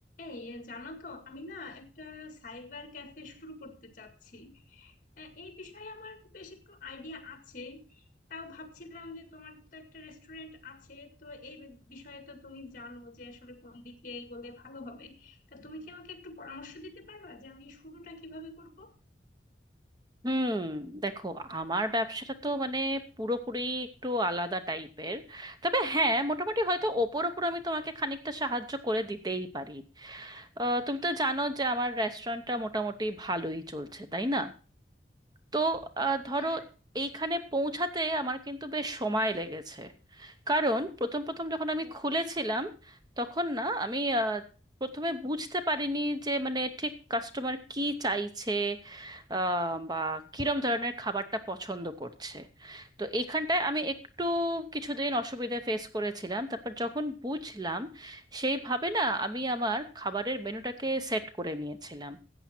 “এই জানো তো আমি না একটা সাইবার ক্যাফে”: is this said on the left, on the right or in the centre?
Left